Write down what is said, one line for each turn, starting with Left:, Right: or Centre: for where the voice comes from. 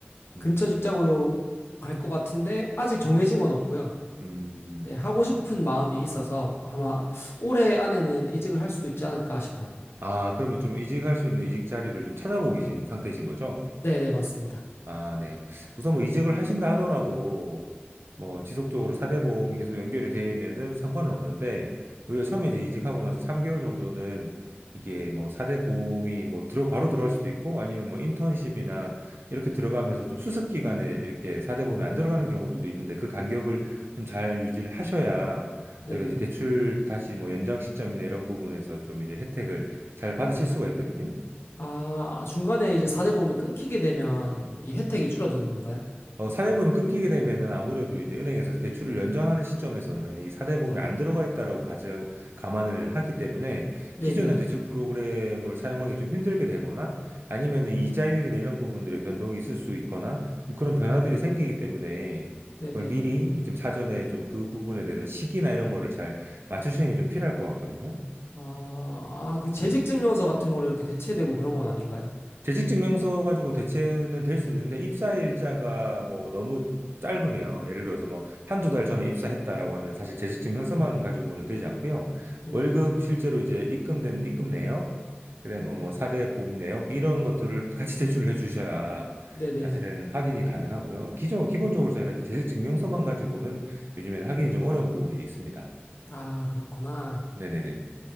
Right: 음,
Left: 근처 직장으로 갈 것 같은데, 아직 정해진 건 없고요.
Right: 음.
Left: 네, 하고 싶은
Right: 음.
Left: 마음이 있어서 아마 올해 안에는 이직을 할 수도 있지 않을까 싶어요.
Right: 아, 그러면 좀 이직할 수 있는 이직 자리를 좀 찾아보고 계신 상태이신 거죠?
Left: 네, 네, 맞습니다.
Right: 아, 네. 우선 뭐 이직을 하신다 하더라도 뭐 지속적으로 사대보험이 계속 연결이 되면은 상관은 없는데 오히려 처음에 이제 이직하고 나서 3개월 정도는 이게 뭐 사대보험이 뭐 들어 바로 들어갈 수도 있고 아니면 뭐 인턴십이나 이렇게 들어가면서 좀 수습 기간에 이렇게 사대보험이 안 들어가는 경우들도 있는데 그 간격을 좀 잘 유지를 하셔야
Left: 네.
Right: 저희가 이제 대출 다시 뭐 연장 시점이나 이런 부분에서 좀 이제 혜택을 잘 받으실 수가 있거든요.
Left: 아, 중간에 이제 4대 보험이 끊기게 되면 이 혜택이 줄어드는 건가요?
Right: 어, 사대보험이 끊기게 되면은 아무래도 이제 은행에서 대출을 연장하는 시점에서는 이 사대보험이
Left: 네,
Right: 안 들어가 있다라고 가정, 감안을 하기 때문에
Left: 네,
Right: 기존의
Left: 네.
Right: 대출 프로그램을 사용하기 좀 힘들게 되거나 아니면 이자율이나 이런 부분들의 변동이 있을 수 있거나 그런
Left: 음,
Right: 변화들이 생기기 때문에
Left: 네, 네.
Right: 그걸 미리 좀 사전에 좀 그 부분에 대해서 시기나 이런 거를 잘 맞추시는 게 좀 필요할 것 같거든요.
Left: 아, 아, 그 재직 증명서 같은 걸로 이렇게 대체되고 그런 건 아닌가요?
Right: 재직 증명서 가지고 대체는 될 수 있는데 입사 일자가 뭐 너무 짧으면 예를 들어서 뭐 한두 달
Left: 음,
Right: 전에 입사했다라고 하면 사실 재직 증명서만 가지고는 되지 않고요.
Left: 음,
Right: 월급 실제로 이제 입금된 입금 내역, 그다음에
Left: 음.
Right: 뭐 사대 보험 내역 이런 것들을 같이 제출을 해 주셔야
Left: 네, 네.
Right: 사실은 확인이 가능하고요. 기존 기본적으로 저희가 이제 재직 증명서만 가지고는 요즘에는 확인이 좀 어려운 부분들이 있습니다.
Left: 아, 그렇구나.
Right: 네네네.